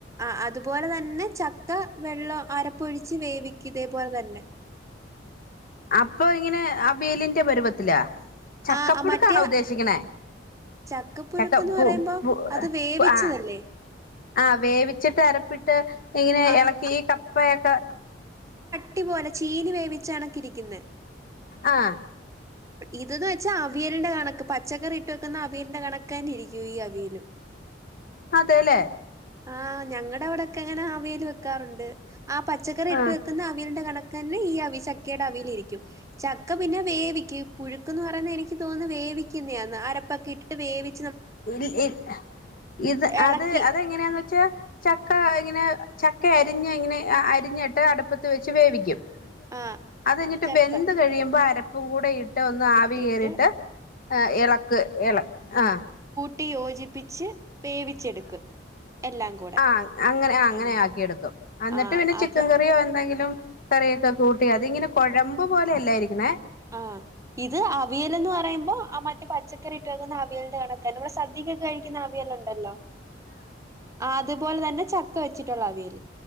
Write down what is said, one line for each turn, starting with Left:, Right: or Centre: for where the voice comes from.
Right: ആഹ് അതുപോലെ തന്നെ ചക്ക വെള്ളം അരപ്പൊഴിച്ച് വേവി ക്കും ഇതേപോലെ തന്നെ.
Left: അപ്പൊ ഇങ്ങനെ അവിയലിന്റെ പരുവത്തിലാ? ചക്കപ്പുഴുക്കാണോ
Right: ആഹ് മറ്റേ
Left: ഉദ്ദേശിക്കണേ?
Right: ചക്കപ്പുഴുക്ക്ന്ന്
Left: ചക്ക പു
Right: പറയുമ്പോ
Left: പു
Right: അത് വേവിച്ചതല്ലേ
Left: പു ആഹ് ആഹ് വേവിച്ചിട്ട് അരപ്പിട്ട് ഇങ്ങനെ
Right: ആഹ്
Left: എളക്കി ഈ കപ്പയൊക്കെ
Right: അട്ടി പോലെ ചീനി വേവിച്ചകണക്ക് ഇരിക്കുന്നെ.
Left: ആഹ്
Right: ഇതെന്ന് വെച്ചാ അവിയലിന്റെ കണക്ക് പച്ചക്കറി ഇട്ട് വെക്കുന്ന അവിയലിന്റെ കണക്ക് തന്നെ ഇരിക്കും ഈ അവിയലും.
Left: അതേല്ലേ?
Right: ആഹ് ഞങ്ങടെവിടൊക്കെ അങ്ങനെ അവിയല് വെക്കാറുണ്ട്. ആ പച്ചക്കറി ഇട്ട്
Left: ആ
Right: വെക്കുന്ന അവിയലിന്റെ കണക് ക്ന്നെ ഈ അവി ചക്കേടെ അവിയല് ഇരിക്കും. ചക്ക പിന്നെ വേവിക്കും. പുഴുക്കെന്നു പറയുന്ന എനിക് ക് തോന്നുന്ന് വേവിക്കുന്നയാന്ന്. അരപ്പൊക്കെ ഇട്ടിട്ട് വേവി
Left: <unintelligible> ഇത്
Right: എളക്കി
Left: അത് അതെങ്ങനെയാന്ന് വെച്ചാ ചക് ക ഇങ്ങനെ ചക്ക അരിഞ്ഞ് ഇങ്ങനെ അരിഞ്ഞിട്ട് അടുപ്പത്ത് വെച്ച് വേവിക്കും.
Right: ആഹ്
Left: അത് കഴിഞ്ഞിട്ട്
Right: ചക്ക
Left: വെന്ത് കഴിയുമ്പോ അരപ്പും കൂടെ ഇട് ട് ഒന്ന് ആവി
Right: ഇട്ടിട്ട്
Left: കയറിയിട്ട് എളക്ക് ആഹ്
Right: കുട്ടി യോജിപ്പിച്ച് വേവിച്ചെടുക്കും. എല്ലാം കൂടെ
Left: ആഹ് അങ്ങനെ അങ്ങനെ
Right: ആഹ്
Left: ആക്കി എടുക്കും. അന്നിട്ട്
Right: ആഹ്
Left: പിന്നെ ചിക്കൻ
Right: അത്
Left: കറിയോ എന്തെങ്കിലും കറിയൊക്കെ കൂട്ടി അതിങ്ങനെ കൊഴമ്പ് പോലെയല്ലായിരിക്കണെ.
Right: ആഹ് ആഹ് ഇത് അവിയലെന്ന് പറയുമ്പോ മറ്റേ പച്ചക്കറിയിട്ട് വെക്കുന്ന അവിയലിന്റെ കണക്കന്നെ നമ്മടെ സദ്യക്കൊക്കെ കഴിക്കുന്ന അവിയലൊണ്ടല്ലോ? ആഹ് അതേപോലെ തന്നെ ചക്ക വെച്ചിട്ടുള്ള അവിയല്.